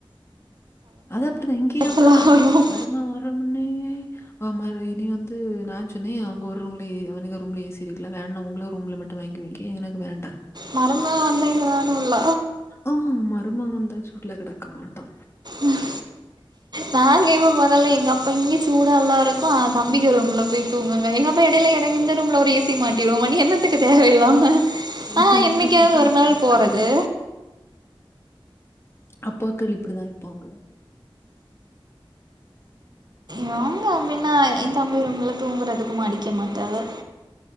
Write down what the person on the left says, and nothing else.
அது அப்டிதா இங்கியு
அப்டிதா
மருமவே வரமுன்னே ஆமா இனி வந்து நா சொன்னே அவுங்க ரூம்ல ஏ அவனுங்க ரூம்ல ஏ சி இருக்ல வேணா உங்கள ரூம்ல மட்டு வாங்கி வாங்கி வைய்க்கே எனக்கு வேண்டா
ஆ மருமவ வந்தா சூட்ல கெடக்க மாட்டா
இதான்
இப்படிதான் இதான்
அப்பாக்கள்.
அப்பாகள் இப்டிதா இருப்பாங்க